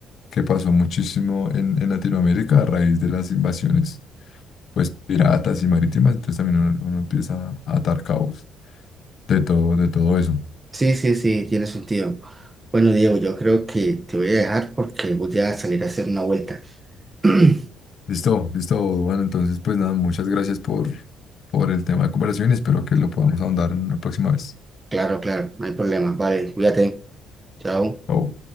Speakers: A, on the left; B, on the right.
A: que pasó muchísimo en, en Latinoamérica a raíz de las invasiones, pues piratas y marítimas, entonces también uno uno empieza a atar cabos. de todo, de todo eso.
B: Sí, sí, sí, tiene sentido. Bueno, Diego, yo creo que te voy a dejar porque voy a salir a hacer una vuelta. <clears throat>
A: Listo, listo, bueno, entonces pues nada, muchas gracias por, por el tema de conversación y espero que lo podamos ahondar en una próxima vez.
B: Claro, claro, no hay problema. Vale, cuídate. Chao.
A: Chao.